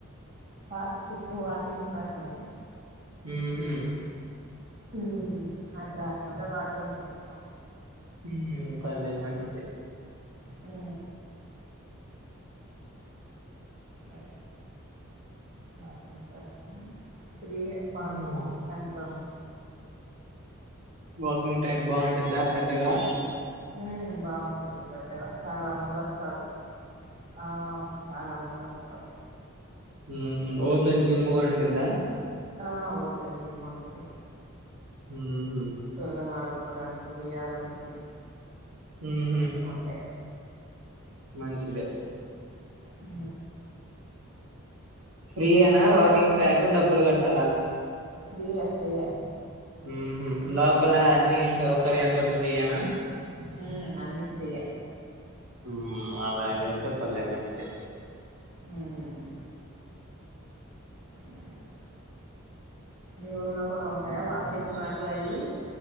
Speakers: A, on the right; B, on the right.
A: పార్క్ చుట్టూ వాకింగ్ ట్రాక్ ఉంటుంది.
B: ఉమ్ హ్మ్.
A: ఉమ్ ఆ ట్రాక్ మీద వాకింగ్ చేస్తాం.
B: ఉమ్ హ్మ్. పర్లేదు మంచిదే.
A: హూ ఆ వాకింగ్ చేస్తాం. ఫ్రీయే, పార్క్
B: మ్మ్
A: మాకు ఎంట్రన్స్.
B: వాకింగ్ ట్రాక్ బాగుంటాద పెద్దగా.
A: హు బాగుంటది. పెద్దగా చాలా మంది వస్తారు. ఆ చాలా మంది వస్తారు.
B: ఉమ్ ఓపెన్ జిమ్ కూడా ఉంటూద్దా
A: ఆ ఓపెన్ జిమ్ ఉంటాది
B: ఉ హు.
A: సల్ లాల్ ఆడ <unintelligible> కొండంత ఊయల ఉంటాది.
B: మ్మ్
A: అన్నీ ఉంటాయి.
B: మంచిదే
A: ఊ
B: ఫ్రీ అనా వాకింగ్ ట్రాక్ డబ్బులు కట్టాలా
A: ఫ్రీయా ఫ్రీయా
B: మ్మ్ హ్మ్ లోపల అన్ని సౌకర్యాలు కూడా ఫ్రీయేనా
A: హ్మ్ అన్నీ ఫ్రీయే
B: మ్మ్ అలాగైతే పర్లే మంచిదే
A: మ్మ్ అ మీ ఊర్లో కూడా ఉంటాయా వాకింగ్ ట్రాక్లు అయ్యి